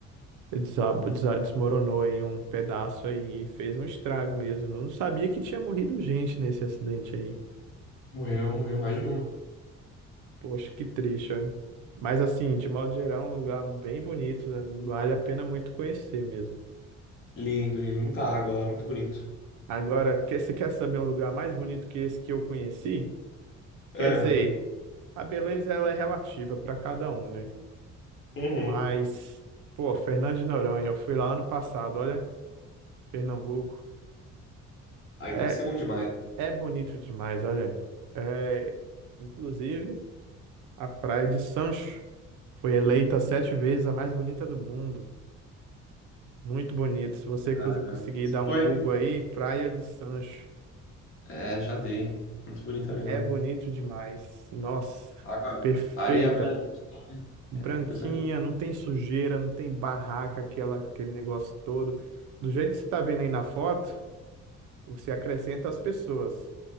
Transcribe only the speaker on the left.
Morreu, morreu mais de uma.
Lindo, lindo, muita água lá, muito bonito.
É,
uhum.
Aí
deve ser bom demais,
cara.
Você
Foi?
É, já dei. Muito bonita mesmo.
Água,
areia branca,
é coisa linda.